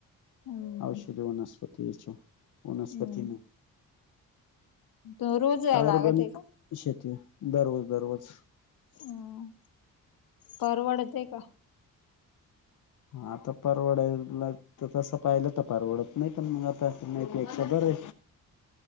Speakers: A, on the left; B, on the left.
A: हम्म
B: औषधी वनस्पती याच्या, वनस्पती
A: हम्म
B: नाही.
A: त रोज जाय
B: ऑरगनिक
A: लागत आहे का?
B: शेती आहे, दररोज-दररोज.
A: हम्म, परवडतय का?
B: आता परवडायला त तसं पाहिला तर परवडत नाही पण मंग आता नाहीपेक्षा बरय.